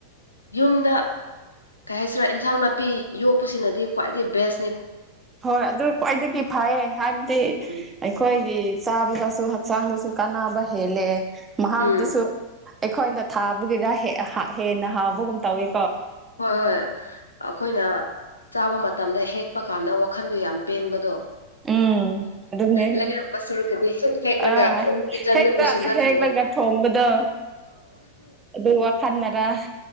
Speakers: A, on the left; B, on the right.
A: ꯌꯨꯝꯗ ꯀꯩ ꯍꯥꯏꯁꯤꯔꯥ ꯏꯟꯁꯥꯡ ꯅꯥꯄꯤ ꯄꯤ ꯌꯣꯛꯄꯁꯤꯅꯗꯤ ꯈ꯭ꯋꯥꯏꯗꯒꯤ ꯕꯦꯁ
B: ꯍꯣꯏ ꯑꯗꯨ ꯈ꯭ꯋꯥꯏꯗꯒꯤ ꯐꯩꯌꯦ ꯍꯥꯏꯕꯗꯤ
A: ꯎꯝ
B: ꯑꯩꯈꯣꯏꯒꯤ ꯆꯥꯕꯗꯁꯨ ꯍꯛꯆꯥꯡꯗꯁꯨ ꯀꯥꯟꯅꯕ ꯍꯦꯜꯂꯦ ꯃꯍꯥꯎꯗꯨꯁꯨ
A: ꯎꯝ
B: ꯑꯩꯈꯣꯏꯅ ꯊꯥꯕꯒꯤꯔ ꯍ‌ꯦ ꯍꯥ ꯍꯦꯟꯅ ꯍꯥꯎꯕꯒꯨꯝ ꯇꯧꯋꯤ
A: ꯍꯣꯏ ꯍꯣꯏ ꯑꯩꯈꯣꯏꯅ ꯆꯥꯕ ꯃꯇꯝꯗ ꯍꯦꯛ ꯀꯞꯄ ꯀꯥꯟꯗ ꯋꯥꯈꯟꯗꯣ ꯌꯥꯝ ꯄꯦꯟꯕꯗꯣ
B: ꯎꯝ ꯑꯗꯨꯅꯦ
A: ꯂꯩꯔꯛꯄ ꯁꯨꯔꯛꯀꯗꯤ ꯍꯦꯛꯂꯒꯀꯤ
B: ꯑꯥ
A: ꯆꯟꯗ
B: ꯍꯦꯛꯇ
A: ꯄꯨꯁꯤꯜꯂꯛꯂꯤ
B: ꯍꯦꯛꯂꯒ ꯊꯣꯡꯕꯗꯣ ꯑꯗꯨ ꯋꯥꯈꯜꯗꯔ